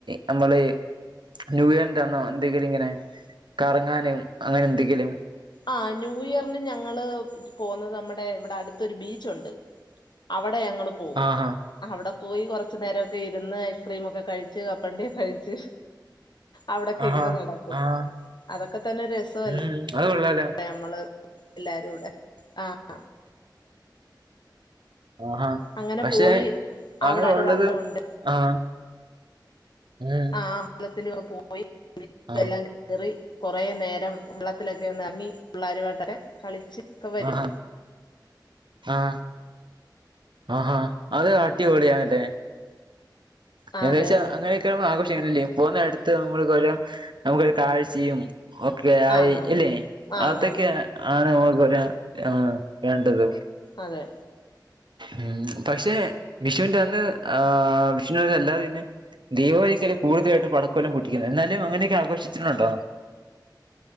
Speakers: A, on the right; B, on the left.
A: നമ്മള് ന്യൂയറിന്റന്നോ എന്തെങ്കിലുങ്ങനെ കറങ്ങാനും അങ്ങനെന്തെങ്കിലും
B: ആഹ് ന്യൂയറിന് ഞങ്ങള് പോന്നത് നമ്മടെ ഇവിടെ അടുത്തൊരു ബീച്ചൊണ്ട്. അവടെ ഞങ്ങള് പോവും.
A: ആഹാ
B: അവടെ പോയി കൊറച്ചു നേരക്കെ ഇരുന്ന് ഐസ്ക്രീമൊക്കെ കഴിച്ച് കപ്പൽണ്ടിയക്കെ കഴിച്ച് അവടക്കെ
A: ആഹാ
B: ഇങ്ങനെ നടക്കും
A: ആഹ്
B: അതക്കതന്നെ രസവല്ലേ.
A: ഉം അത് കൊള്ളാലോ.
B: യമ്മള് എല്ലാരുവടെ ആഹ്
A: ആഹ്
B: അങ്ങനെ
A: പക്ഷെ
B: പോയി
A: അങ്ങനൊള്ളത്
B: അവിടെ ഒരമ്പലമുണ്ട്
A: ആഹ് ഉം
B: ആഹ് അമ്പലത്തില് പോയി
A: ആഹ്
B: എല്ലാം കേറി കൊറേ നേരം കുളത്തിലൊക്കെ ഒന്ന് എറങ്ങി പിള്ളാരായിട്ടൊക്കെ കളിച്ച് ഒക്കെ വരും
A: ആഹ് ആഹ് ആഹാ അത് അടിപൊളിയാണല്ലേ
B: ആഹ്
A: ഏദാച്ച
B: അതെ അതെ
A: അങ്ങനെ ആഘോഷല്ലേ പോകുന്നടുത്ത് നമ്മള് പോല്ല നമുക്കൊരു കാഴ്ചയും ഓക്കെ ആയി
B: ആന്നാന്ന്
A: ഇല്ലേ
B: ആന്നാന്ന്
A: അതൊക്കെ ആണ് <unintelligible> ആഹ് വേണ്ടത്
B: അതെ.
A: ഉം പഷെ വിഷുന്റന്ന് ആഹ് വിഷുവിന്റന്ന് എല്ലാരും പിന്നെ ദീപവലിക്കല കൂടുതലായിട്ട് പടക്കെല്ലം പൊട്ടിക്കുന്നത് എന്നാലും അങ്ങനെയൊക്കെ ആഘോഷിച്ചിട്ടുണ്ടോ